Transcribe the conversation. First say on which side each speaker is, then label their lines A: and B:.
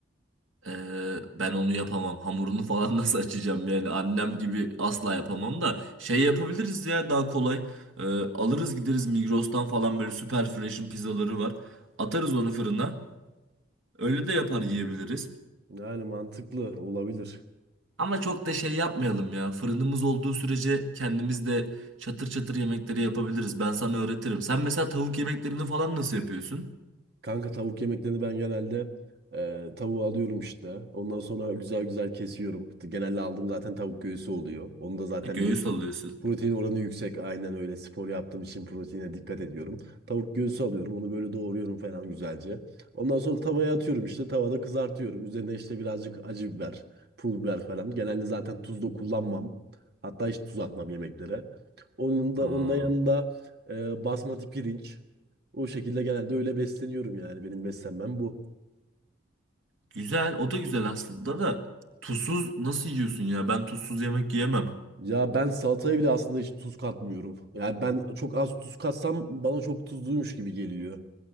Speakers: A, on the right; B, on the right.
A: Ee, ben onu yapamam. Hamurunu falan <laughs> nasıl açacağım yani? Annem gibi asla yapamam da. Şey yapabiliriz ya daha kolay. Ee, alırız gideriz Migros'tan falan böyle süper fresh'in pizzaları var. Atarız onu fırına. Öyle de yapar yiyebiliriz.
B: Yani mantıklı olabilir.
A: Ama çok da şey yapmayalım ya. Fırınımız olduğu sürece kendimiz de çatır çatır yemekleri yapabiliriz. Ben sana öğretirim. Sen mesela tavuk yemeklerini falan nasıl yapıyorsun?
B: Kanka tavuk yemeklerini ben genelde e, tavuğu alıyorum işte. Ondan sonra güzel güzel kesiyorum. Genelde aldığım zaten tavuk göğsü oluyor. Onu da zaten
A: Göğüs
B: biliyorsun
A: alıyorsun.
B: protein oranı yüksek. Aynen öyle spor yaptığım için proteine dikkat ediyorum. Tavuk göğsü alıyorum. Onu böyle doğruyorum falan güzelce. Ondan sonra tavaya atıyorum işte. Tavada kızartıyorum. Üzerine işte birazcık acı biber, pul biber falan. Genelde zaten tuz da kullanmam. Hatta hiç tuz atmam yemeklere. Onun da,
A: Aa.
B: onun da yanında e, basmati pirinç. O şekilde genelde öyle besleniyorum yani. Benim beslenmem bu.
A: Güzel. O da güzel aslında da. Tuzsuz nasıl yiyorsun ya? Ben tuzsuz yemek yiyemem.
B: Ya ben salataya bile aslında hiç tuz katmıyorum. Yani ben çok az tuz katsam bana çok tuzluymuş gibi geliyor.